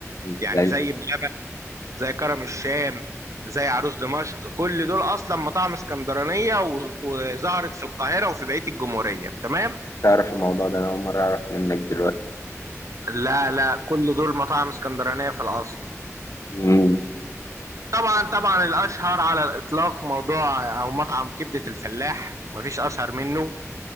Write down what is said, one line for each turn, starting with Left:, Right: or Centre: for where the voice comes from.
Left: ازاي
Right: يعني زي بلبن زي كرم الشام زي عروس دمشق كل دول اصلا مطاعم اسكندرانيه و- وظهرت في القاهره وفي بقيه الجمهوريه تمام
Left: تعرف الموضوع ده انا اول مرة اعرف منك دلوقتي
Right: لا لا كل دول مطاعم اسكندرانيه في الاصل
Left: مم.
Right: طبعا طبعا الاشهر على الاطلاق موضوع او مطعم كبده الفلاح مفيش اشهر منه